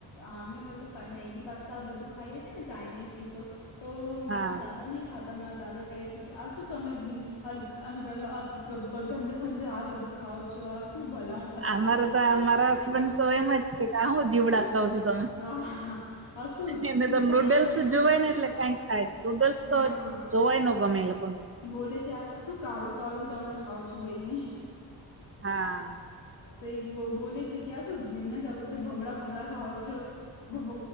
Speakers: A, on the left; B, on the right.
A: હા અમે મતલબ પા મેગી પાસ્તા આ બધું ખાઈએ છીએ ને ચાઇનીઝ ડીસો તો
B: હા
A: મારા દાદા નહી ખા તમારા દાદા કહે છે કે આ શું તમે અન અન ગલો અપ બધ ગંધ ફંધ આ બધું ખાાવ છો આ શું ભલાઉ
B: અમારા તો અમારા હસબન્ડ તો એમ જ કે હું આ જીવડા ખાવ છો તમે
A: હા હા આ શું
B: એને તો
A: ચાઈનોનો
B: નૂડલ્સ જોવાય ને એટલે કઈક થાય. નૂડલ્સ તો
A: હા
B: જોવાય નો ગમે એ લોકોને.
A: બોલે છે આ શું કાળું કાળું તમે ખાાવ છો? બેઈ ને.
B: હા.
A: તો એક બ બોલે છે કે આ શું જેને ક્યા બોલ ભમડા ફમલા ખાવ છો. બબ